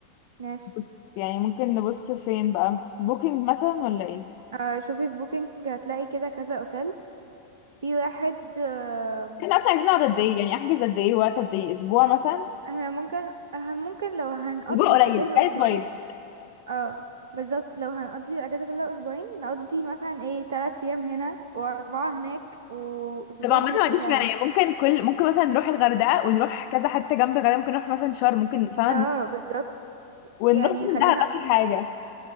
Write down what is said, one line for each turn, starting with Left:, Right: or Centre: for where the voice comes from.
Right: ماشي
Left: بص يعني ممكن نبص فين بقى بوكينج مثلا ولا ايه
Right: آه شوفي في بوكينج هتلاقي كده كذا اوتيل في واحد آه
Left: احنا اصلا عايزين نقعد قد
Right: ب-
Left: ايه يعني احجز قد ايه وقت قد ايه اسبوع مثلا
Right: احنا ممكن اه ممكن لو هنقضي
Left: اسبوع
Right: الاجازة
Left: قليل تعالي
Right: اسبوعين
Left: اسبوعين
Right: اه بالظبط لو هنقضي الاجازة كلها اسبوعين نقضي مثلا ايه تلات ايام هنا واربعة هناك واسبوع
Left: طب عامة
Right: في حتة
Left: ما عنديش
Right: تانية
Left: مانع يعني ممكن كل ممكن مثلا نروح الغردقة ونروح كذا حتة جنب الغردقة ممكن نروح مثلا شرم ممكن فاهمة
Right: اه بالظبط
Left: ونروح
Right: يعني
Left: مثلا
Right: خلينا
Left: دهب اخر حاجة